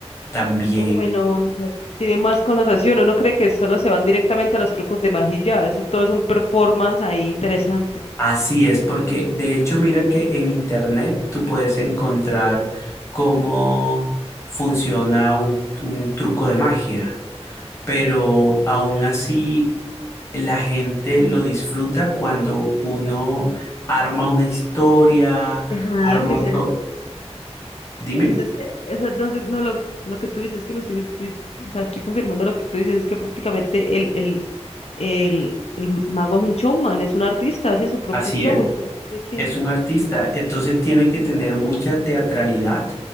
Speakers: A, on the left (about 25°); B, on the left (about 65°).
A: también.
B: o bueno, o sea, tiene más connotación, uno cree que solo se van directamente a los trucos de magia, y ya, eso todo es un performance ahí interesante.
A: Así es, porque de hecho mira que en internet tú puedes encontrar cómo funciona un un truco de magia pero aún así la gente lo disfruta cuando uno arma una historia,
B: Ajá,
A: arma
B: que se
A: todo. Dime,
B: Pues es que, o sea, no, no, lo, lo que tú dices es que me estoy, di- o sea, estoy confirmando lo que tú dices, es que prácticamente el, el, el, el mago es un showman, es un artista, hace su propio
A: así
B: show.
A: él
B: entonces Tiene que...
A: es un artista, entonces tiene que tener mucha teatralidad